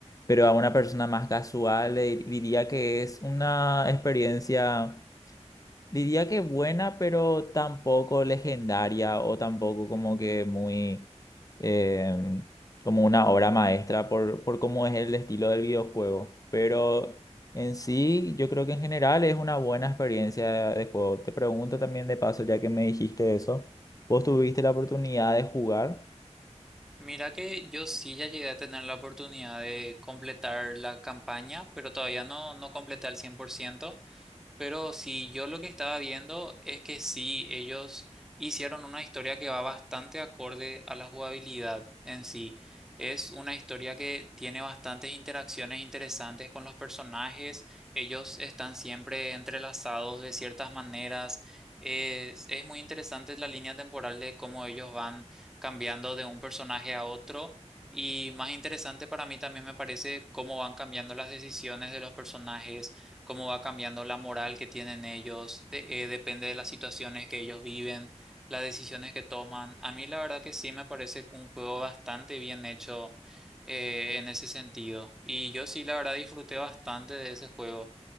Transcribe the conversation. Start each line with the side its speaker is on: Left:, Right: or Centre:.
Left: Pero a una persona más casual le diría que es una experiencia Diría que buena, pero tampoco legendaria o tampoco como que muy eh, como una obra maestra por, por cómo es el estilo del videojuego. Pero en sí, yo creo que en general es una buena experiencia de juego. Te pregunto también de paso, ya que me dijiste eso, ¿vos tuviste la oportunidad de jugar?
Centre: Mira que yo sí ya llegué a tener la oportunidad de completar la campaña, pero todavía no, no completé al 100%. Pero si yo lo que estaba viendo es que sí, ellos hicieron una historia que va bastante acorde a la jugabilidad en sí. Es una historia que tiene bastantes interacciones interesantes con los personajes. Ellos están siempre entrelazados de ciertas maneras. Es, es muy interesante la línea temporal de cómo ellos van cambiando de un personaje a otro. Y más interesante para mí también me parece cómo van cambiando las decisiones de los personajes cómo va cambiando la moral que tienen ellos, de- eh, depende de las situaciones que ellos viven, las decisiones que toman. A mí la verdad que sí me parece un juego bastante bien hecho eh, en ese sentido. Y yo sí la verdad disfruté bastante de ese juego,